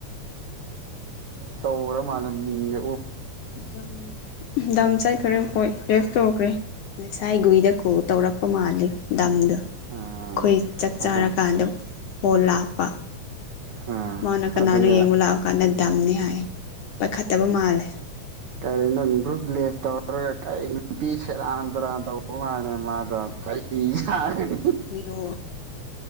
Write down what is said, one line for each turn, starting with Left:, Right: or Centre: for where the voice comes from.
Right: ꯇꯧꯒ꯭ꯔ ꯃꯥꯜꯂꯦ ꯃ <unintelligible>
Left: ꯗꯝ ꯗꯝ ꯆꯠꯈ꯭ꯔꯦ ꯍꯣꯏ ꯂꯦꯐ ꯇꯧꯈ꯭ꯔꯦ ꯉꯁꯥꯏ ꯒꯨꯡꯗ ꯀꯣꯜ ꯇꯧꯔꯛꯄ ꯃꯥꯜꯂꯦ ꯗꯝꯗ
Right: ꯑꯥ
Left: ꯈꯣꯏ ꯆꯥꯛ
Right: ꯑꯗ
Left: ꯆꯥꯔꯀꯥꯟꯗ ꯐꯣꯟ ꯂꯥꯛꯄ
Right: ꯑꯥ
Left: ꯃꯥꯅ ꯀꯅꯥꯅꯣ
Right: ꯑꯗꯨꯒ
Left: ꯌꯦꯡꯉꯨ ꯂꯥꯎ ꯀꯟꯗ ꯗꯝꯅꯦ ꯍꯥꯏꯌꯦ ꯄꯥꯏꯈꯠꯇꯕ ꯃꯥꯜꯂꯦ
Right: ꯀꯔꯤꯅꯣ ꯒ꯭ꯔꯨꯞ ꯂꯦꯞ ꯇꯧꯔꯒ ꯀꯩ ꯅꯨꯄꯤ ꯁꯦꯔꯥꯟ ꯇꯨꯔꯥꯟ ꯇꯧꯕ ꯃꯥꯜꯂꯦ ꯃꯥꯗꯣ ꯆꯩ <unintelligible>
Left: ꯍꯨꯏꯔꯣ